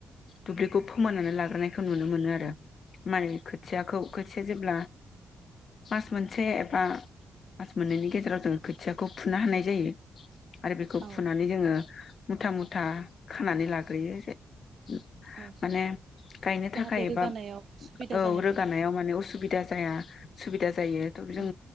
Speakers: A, on the left (about 60°); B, on the right (about 60°).
A: दुब्लिखौ फोमोननानै लाग्रोनायखौ नुनो मोनो आरो माने खोथियाखौ खोथिया जेब्ला मास मोनसे एबा मास मोननैनि गेजेराव जोंङो खोथियाखौ फुनो हानाय जायो। आरो बेखौ
B: औ
A: फुनानै जोङो मुथा मुथा खानानै लाग्रोयो जे <unintelligible>
B: औ
A: माने गायनो
B: जाहाथे
A: थाखाय
B: रोगानायाव
A: एबा औ
B: सुबिदा जानाय
A: रोगानायाव
B: बायदि
A: माने असुबिदा जाया। सुबिदा जायो जों
B: औ